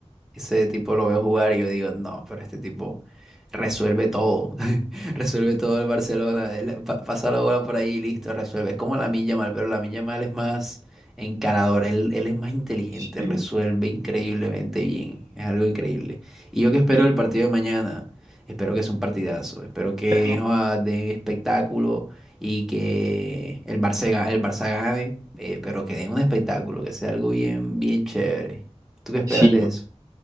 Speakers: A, in the centre; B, on the right.
A: Ese tipo lo veo jugar y yo digo, no, pero este tipo resuelve todo. <laughs> Resuelve todo el Barcelona. Él pa- pasa la bola por ahí y listo, resuelve. Es como Lamine Yamal, pero Lamine Yamal es más encarador. Él, él es más inteligente,
B: Sí,
A: resuelve increíblemente bien. Es algo increíble. Y yo que espero
B: y
A: el partido de mañana. Espero que sea un partidazo. Espero que
B: también,
A: joda, den espectáculo y que el Barça, ga- el Barça gane, eh, pero que den un espectáculo, que sea algo bien, bien chévere. ¿Tú qué esperas
B: sí,
A: de eso?